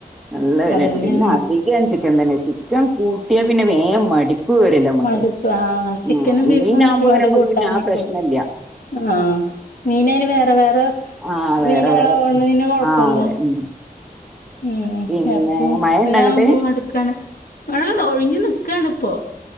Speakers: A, in the centre; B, on the left (about 65°).
A: നല്ല വെലേണ്
B: അതന്നേണ്.
A: പിന്നധികം ചിക്കൻ തന്നേ ചിക്കൻ കൂട്ടിയാ പിന്നെ വേഗം മടിപ്പ് വരില്ല നമ്മക്കെ
B: മടുപ്പ്. ആഹ് ചിക്കനും
A: ആ മീനാവുമ്പ
B: ബീഫൊന്നും ഒരുപാട്
A: പിന്നമ്മക്ക്
B: കൂട്ടാൻ
A: പിന്നാ ആ
B: വെയ്ക്കൂല.
A: പ്രശ്നല്ല്യാ
B: ആഹ് മീനയ്ന് വേറെ വേറെ
A: ആഹ് വേറെ
B: മീനോളാ
A: വേറെ
B: ഓണ്ലൈന് കൊഴപ്പല്ല
A: ആഹ് അതെ ഉം
B: ഉം
A: പിന്നെ
B: എർച്ചി
A: മഴണ്ടോ
B: ന്നാവുമ്പോ
A: അങ്ങട്ട്
B: മടുക്കാണ് മഴ ഒഴിഞ്ഞു നിക്കാണ്പ്പോ